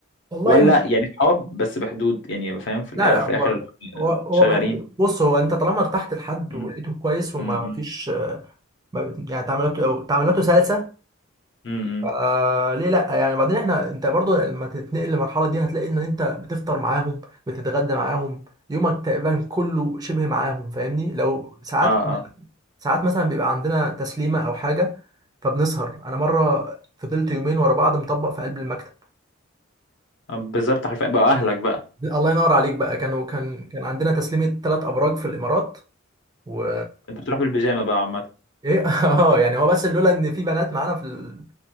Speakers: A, on the right; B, on the left.
A: والله
B: ولا
A: مش
B: يعني صحاب بس بحدود يعني فاهم في
A: لا
B: الأول
A: لا
B: وفي الآخر
A: هو هو هو
B: شغالين
A: بحب- بص هو انت طالما ارتحت لحد
B: مم.
A: ولقيته كويس وما
B: مم.
A: فيش ما- يعني تعاملاته تعاملاته سلسه
B: مم. مم.
A: آه ليه لا يعني بعدين احنا انت برضو لما تتنقل للمرحله دي هتلاقي ان انت بتفطر معاهم بتتغدى معاهم يومك تقريبا كله شبه معاهم فاهمني لو ساعات
B: اه اه
A: ساعات مثلا بيبقى عندنا تسليمه او حاجه فبنسهر انا مره فضلت يومين ورا بعض مطبق في قلب المكتب
B: آه، بالظبط حرفيا بقى أهلك بقى
A: الله ينور عليك بقى كانوا كان كان عندنا تسليمه ثلاث ابراج في الامارات و
B: أنت بتروح بالبيجامة بقى عامة
A: ايه <laughs> اه يعني هو بس لولا ان في بنات معانا في ال-